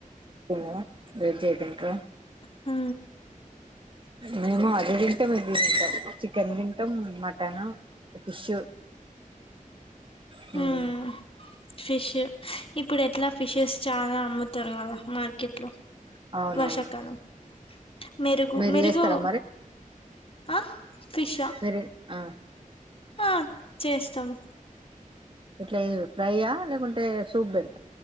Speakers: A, on the right; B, on the left.
A: తినరా వేజ్ అయితే ఇంకా
B: మ్
A: మేము అది తింటాం ఇది తింటాం చికెన్ తింటాం మటన్ ఫిష్ మ్
B: మ్మ్ ఫిష్ ఇప్పుడు ఎట్లా ఫిషెస్ చాలా అమ్ముతారు కదా మార్కెట్ లో
A: అవునవును
B: వర్ష కాలం మెరుగు
A: మీరు
B: మెరుగు
A: చేస్తారా
B: ఆ ఫిషా
A: మీర్ ఆ
B: ఆ చేస్తాము
A: ఇట్లా ఫ్రై్యా లేకుంటే సూప్ పెడ్